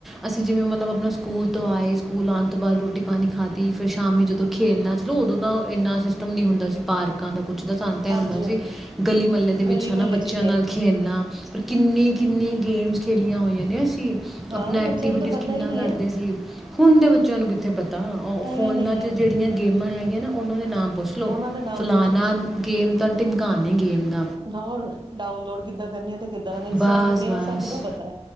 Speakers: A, in the centre; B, on the right.
A: ਅਸੀਂ ਜਿਵੇਂ ਮਤਲਬ ਆਪਣਾ ਸਕੂਲ ਤੋਂ ਆਏ ਸਕੂਲ ਆਉਣ ਤੋਂ ਬਾਅਦ ਰੋਟੀ ਪਾਣੀ ਖਾਧੀ ਫਿਰ ਸ਼ਾਮੀ ਜਦੋਂ ਖੇਲਣਾ ਚਲੋ ਉਦੋਂ ਤਾਂ ਇੰਨਾ ਸਿਸਟਮ ਨਹੀਂ ਹੁੰਦਾ ਸੀ ਪਾਰਕਾਂ ਦਾ ਕੁਛ ਤਾਂ ਸਾਨੂੰ ਇਹ
B: ਹਾਂਜੀ-ਹਾਂਜੀ,
A: ਹੁੰਦਾ ਸੀ ਗਲੀ ਮਹੱਲੇ ਦੇ ਵਿੱਚ
B: ਗਲੀ
A: ਹੈ
B: ਮੁਹੱਲੇ
A: ਨਾ ਬੱਚਿਆਂ
B: 'ਚ
A: ਨਾਲ ਖੇਲਣਾ ਪਰ ਕਿੰਨੀ ਕਿੰਨੀ ਗੇਮਸ ਖੇਡੀਆਂ ਹੋਈਆਂ ਨੇ।
B: ਹਾਂ
A: ਆਪਣਾ ਐਕਟੀਵਿਟੀ
B: ਬੱਚਿਆਂ ਨੂੰ ਤਾਂ ਪਤਾ
A: ਕਿੰਨਾ
B: ਹੀ ਨਹੀਂ
A: ਕਰਦੇ
B: ਹੈ,
A: ਸੀ ਹੁਣ ਦੇ ਬੱਚਿਆਂ ਨੂੰ ਕਿੱਥੇ ਪਤਾ ਉਹ ਫੋਨਾਂ
B: ਹੀ ਨਹੀਂ
A: ਚ
B: ਹੈ,
A: ਜਿਹੜੀਆਂ ਗੇਮ ਹੈਗੇ ਨਾ ਉਹਨਾਂ ਦੇ ਨਾਮ ਪੁੱਛ ਲਓ
B: ਉਹਨਾਂ ਦਾ ਨਾਮ
A: ਫਲਾਨਾ
B: ਪੁੱਛ ਲਓ ਸਹੀ।
A: ਗੇਮ ਤਾਂ ਢਿਮਕਾਾਨੀ ਗੇਮ ਦਾ
B: ਹੋਰ ਡਾਊਨਲੋਡ ਕਿੱਦਾਂ ਕਰਨੀ ਆ ਤੇ ਕਿੱਦਾਂ ਅਨ ਇੰਸਟੋਾਲ
A: ਬਸ
B: ਕਰਨੀ ਹੈ
A: ਬਸ
B: ਉਹ ਸਭ ਦਾ ਪਤਾ ਹੈ